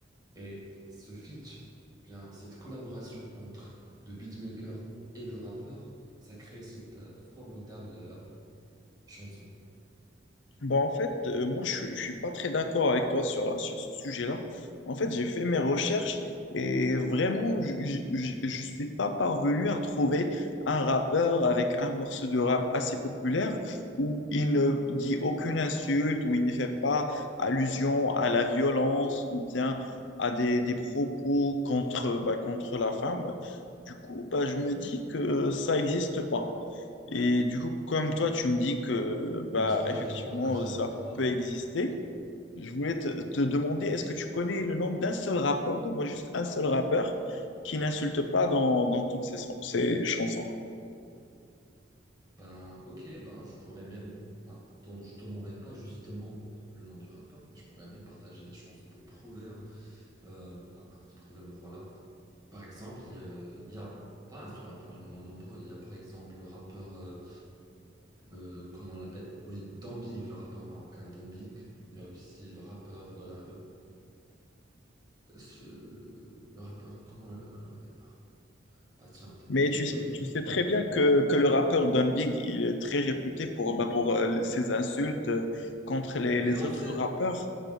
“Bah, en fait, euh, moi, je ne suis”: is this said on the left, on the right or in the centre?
Left